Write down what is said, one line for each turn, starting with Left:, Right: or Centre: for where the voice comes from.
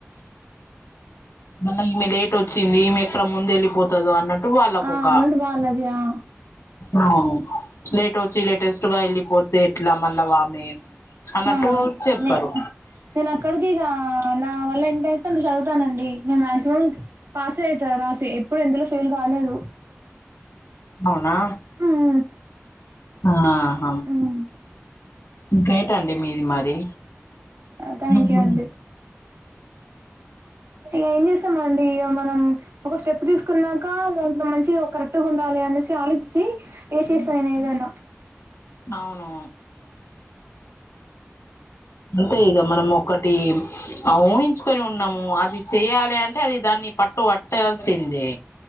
Left: మళ్ళ ఈమె లే <unintelligible> వచ్చింది ఈమె ఎక్కడ ముందు వెళ్ళిపోతుందో అన్నట్టు వాళ్ళకొక
Right: ఆ! అన్నట్టు వాళ్ళది. ఆ!
Left: ఆ లేట్ వచ్చి లేటెస్ట్గా వెళ్ళిపోతే ఎట్లా మళ్ళా వా ని అన్నట్టు
Right: ఆ!
Left: చెర్పారు
Right: నే నేను అక్కడికి ఇగ నా వల్ల ఎంతైతే అంత చదువుతానండి నేను మ్యాగ్జిమం పాస్ అయింత రాసి ఎప్పుడు ఎందులో ఫెయిల్ కాలేదు
Left: అవునా
Right: హ్మ్.
Left: ఆహ
Right: హ్మ్.
Left: గ్రేట్ అండి మీది మరి
Right: థాంక్యూ
Left: ఉహు.
Right: అండి ఇగ ఏం చేస్తాం అండి ఇగ మనం ఒక స్టెప్ తీసుకున్నాక ఒంట్లో మంచి కరెక్ట్గా ఉండాలి అనేసి ఆలోచించి ఏ చేస్త నేను ఏదైన్నా
Left: అవును అంతే ఇగ మనం ఒకటి ఊహించుకొని ఉన్నాము అది చేయాలి అన్ టే అది దాన్ని పట్టు పట్టేయాల్సిందే